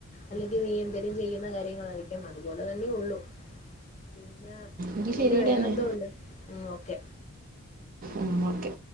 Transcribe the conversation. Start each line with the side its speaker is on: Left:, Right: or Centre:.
Left: അ നീ എന്തര് ചെയ്യുന്ന കാര്യങ്ങളായിരിക്കും അതുപോലെ തന്നെ ഉള്ളൂ പിന്നെ
Right: എങ്കിൽ
Left: പിന്നെ
Right: ശരിയെടി
Left: വേറെന്തോ
Right: എന്നാൽ
Left: ഉണ്ട് ഉം ഓക്കെ
Right: ഉം ഓക്കെ